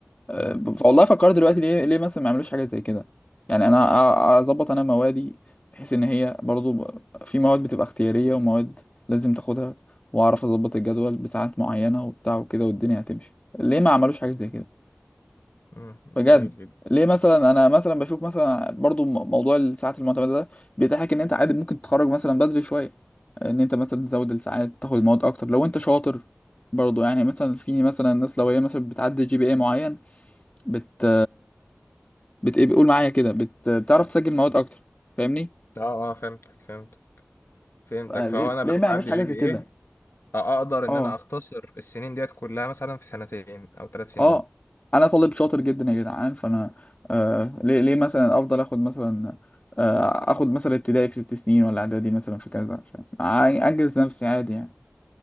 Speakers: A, on the left (about 30°); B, on the left (about 70°).
A: أه،
B: امم
A: والله فكرت دلوقتي ليه ليه مثلا ما يعملوش حاجه زي كده يعني انا أ- اظبط انا موادي بحيث ان هي برضو ب- في مواد بتبقى اختياريه ومواد لازم تاخدها واعرف اظبط الجدول بساعات معينه وبتاع وكده والدنيا هتمشي ليه ما عملوش حاجه زي كده
B: أمم،
A: بجد
B: جميل جدا
A: ليه مثلا انا مثلا بشوف مثلا برضو م- موضوع الساعات المعتمده ده بيتيح لك ان انت عادي ممكن تتخرج مثلا بدري شويه ان انت مثلا تزود الساعات تاخد المواد اكتر لو انت شاطر برضو يعني مثلا في مثلا ناس لو هي مثلا بتعدي جي بي اي معين بت بت ايه بيقول معايا كده بت... بتعرف تسجل مواد اكتر فاهمني
B: اه اه فهمتك فهمتك فهمتك
A: فليه-
B: فهو انا لو
A: ليه ما يعملوش
B: معدي
A: حاجه
B: جي
A: زي
B: بي
A: كده
B: ايه اقدر ان
A: اه
B: انا اختصر السنين ديت كلها مثلا في سنتين او ثلاث سنين
A: اه انا طالب شاطر جدا يا جدعان فانا آه ليه ليه مثلا افضل اخد مثلا آه اخد مثلا ابتدائي في ست سنين ولا اعدادي مثلا في كذا فاهم؟ أع- انجز نفسي عادي يعني